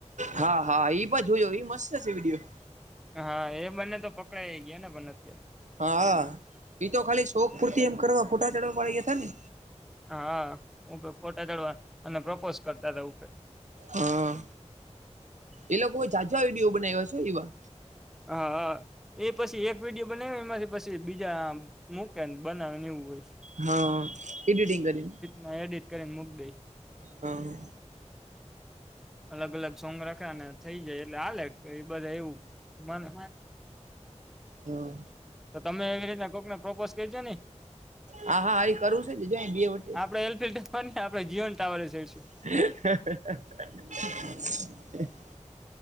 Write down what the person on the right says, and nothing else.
હા હા ઈ પણ જોયો મસ્ત હશે વિડીયો.
હા ઈતો ખાલી શોક પૂરતી એમ કરવા ફૂટા ચડવા પાડડી ગયા હતા ને.
હા એ લોકો જાઝા વિડીયો બનાવ્યા છે એવા.
હા એડિટિંગ કરીને.
હમ.
હ
હા હા એ કરવું છે જ બે વટે
<inaudible>